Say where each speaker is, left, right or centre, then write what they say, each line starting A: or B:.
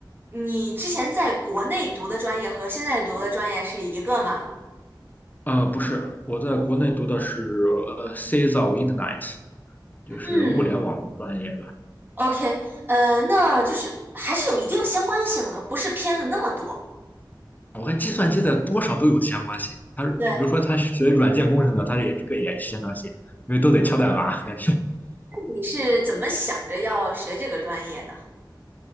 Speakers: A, on the right; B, on the left.
A: 你之前在国内读的专业和现在读的专业是一个吗？
B: <laughs> 呃，不是，我在国内读的是呃 c s of Internet，就是物联网专业。
A: 嗯，OK，呃，那就是还是有一定相关性的，不是偏了那么多。
B: 我看计算机的多少都有相关性。他比如说他学软件工程的，
A: 对，那
B: 他也这个也是相关性，因为都得敲代码。<laughs>
A: 你是怎么想着要学这个专业呢？